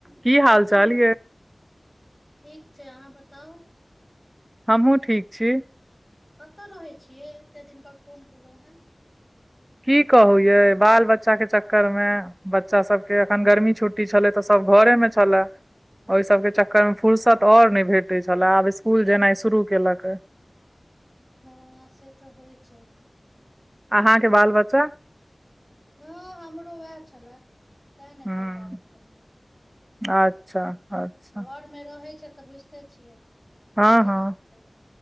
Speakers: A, on the right; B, in the centre.
A: की हाल
B: जी
A: चाल
B: हम
A: यै
B: ठीक छै अहाँ बताउ
A: हमहूँ ठीक छी
B: कतय रहै छियै एते दिन पर फोन केलहुँ हेँ
A: की कहू यै बाल बच्चा के चक्कर मे बच्चा सब के अखन गर्मी छुट्टी छलै तऽ सब घरे मे छलए ओहि सब के चक्कर मे फुर्सत आओर नहि भेटैत छलए आब स्कूल जेनाइ शुरू केलक ए
B: हँ से तऽ होइ छै
A: अहाँ के बाल बच्चा
B: हँ हमरो उएह छलए तेँ नै
A: ह
B: कऽ पाबै छलहुँ
A: अच्छा अच्छा
B: घर मे रहै छै तऽ बुझिते छियै
A: हँ
B: केना
A: हँ
B: करै छै।